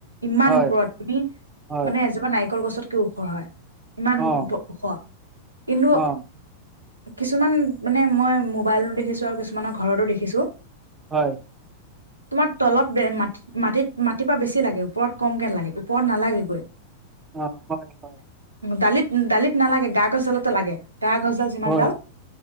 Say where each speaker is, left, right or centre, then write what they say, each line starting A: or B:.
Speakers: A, on the right; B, on the right.
A: ইমান
B: হয়,
A: ওপৰত।
B: হয়,
A: মানে এজোপা নাই। নাৰিকল গছতকেও ওখ হয়। ইমান
B: অ',
A: ওখ কিন্তু।
B: অ',
A: কিছুমান মানে মই মোবাইলত দেখিছো আৰু কিছুমানৰ ঘৰতো দেখিছো।
B: হয়।
A: তোমাৰ তলত মাটিত মাটিত মাটিৰ পৰা বেছি লাগে ওপৰত কম কে লাগে। ওপৰত নালাগে গৈ।
B: অ', হয়, হয়,
A: দালিত উম দালিত নালাগে গা গছ দালত লাগে। গা গছডাল যিমানডাল।
B: হয়,